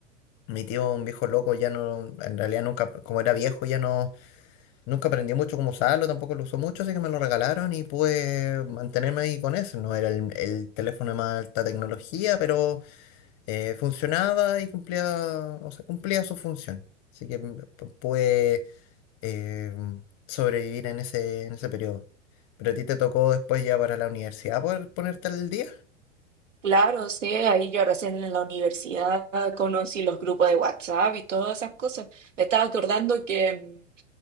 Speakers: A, on the left; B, on the right.
A: mi tío, un viejo loco, ya no, en realidad nunca, como era viejo, ya no, nunca aprendió mucho cómo usarlo, tampoco lo usó mucho, así que me lo regalaron y pude mantenerme ahí con eso. No era el, el teléfono de más alta tecnología, pero eh, funcionaba y cumplía, o sea, cumplía su función. Así que mm, pu- pude eh, sobrevivir en ese, en ese periodo. Pero a ti te tocó después ya para la universidad poder ponerte al día.
B: Claro, sí, ahí yo recién en la universidad conocí los grupos de WhatsApp y todas esas cosas. Me estaba acordando que mm,